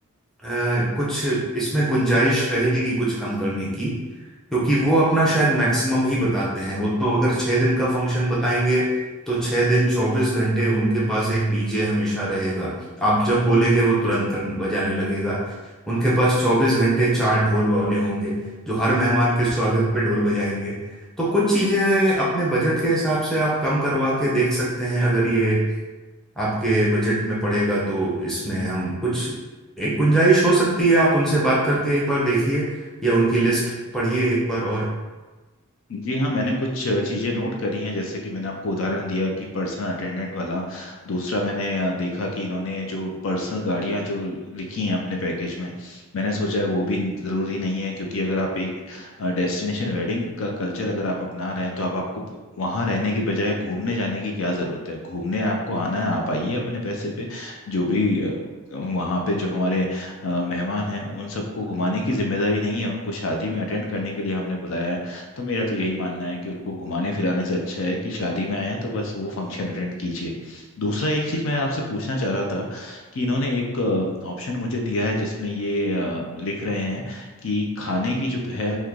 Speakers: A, in the centre; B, on the left.
A: अ, कुछ इसमें गुंजाइश रहेगी कुछ कम करने की क्योंकि वो अपना शायद मैक्सिमम ही बताते हैं वो तो अगर छः दिन का फंक्शन बताएंगे तो छः दिन चौबीस घंटे उनके पास एक डीजे हमेशा रहेगा आप जब बोलेंगे वो तुरंत कर बजाने लगेगा उनके पास चौबीस घंटे चार ढोल वाले होंगे जो हर मेहमान के स्वागत पे ढोल बजाएंगे तो कुछ चीजें अपने बजट के हिसाब से आप कम करवा के देख सकते हैं अगर ये आपके बजट में पड़ेगा तो इसमें हम कुछ एक गुंजाइश हो सकती है आप उनसे बात करके एक बार देखिए या उनकी लिस्ट पढ़िए एक बार और
B: जी हाँ मैंने कुछ अ, चीज़ें नोट करी हैं जैसे कि मैंने आपको उदाहरण दिया कि पर्सनल अटेंडेंट वाला दूसरा मैंने अ, देखा कि इन्होंने जो पर्सनल गाड़ियाँ जो लिखी हैं अपने पैकेज में मैंने सोचा है वो भी ज़रूरी नहीं है क्योंकि अगर आप एक डेस्टिनेशन वेडिंग का कल्चर अगर आप अपना रहे हैं तो आप आपको ब- वहाँ रहने की बजाय घूमने जाने की क्या ज़रूरत है घूमने आपको आना है आप आइए अपने पैसे पे जो भी अ, वहाँ पे जो हमारे अ, मेहमान हैं उन सबको घुमाने की जिम्मेदारी नहीं है उनको शादी में अटेंड करने के लिए हमने बुलाया है तो मेरा तो यही मानना है कि उनको घुमाने फिराने से अच्छा है कि शादी में आए हैं तो बस वो फंक्शन अटेंड कीजिए दूसरा एक चीज़ मैं आपसे पूछना चाह रहा था कि इन्होंने एक ऑप्शन मुझे दिया है जिसमें ये अ, लिख रहे हैं कि खाने की जो है